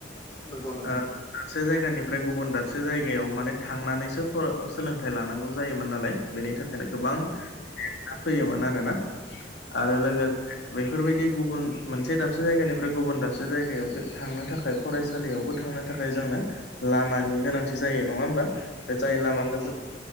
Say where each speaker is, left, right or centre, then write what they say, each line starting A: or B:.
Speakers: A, on the left; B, on the left.
A: नंगौ नंगौ।
B: ओ दाबसे जायगानिफ्राय गुबुन दाबसे जायगायाव माने थांनानैसो सोलोंथाइ लानांगौ जायोमोन नालाय। बेनि थाखायनो गोबांना
A: औ
B: हेथा फैयोमोन आरोना आरो लोगोसे बे बेफोरबायदि गुबुन मोनसे दाबसे जायगानिफ्राय गुबुन दाबसे जायगायाव थांनो थाखाय फरायसा थसालियावबो थांनो थाखाय जोंनो लामानि गोनांथि जायो नङा होमबा बे जाय लामाखौ
A: नंगौ
B: जों